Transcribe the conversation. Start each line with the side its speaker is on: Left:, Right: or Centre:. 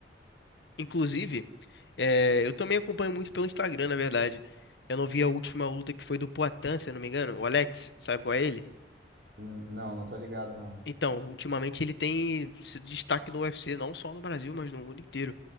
Left: Inclusive, eh, eu também acompanho muito pelo Instagram, na verdade. Eu não vi a última luta que foi do Poatan, se eu não me engano. O Alex, sabe qual é ele?
Right: Hum, Não, não tô ligado, não.
Left: Então, ultimamente ele tem sido destaque no UFC, não só no Brasil, mas no mundo inteiro.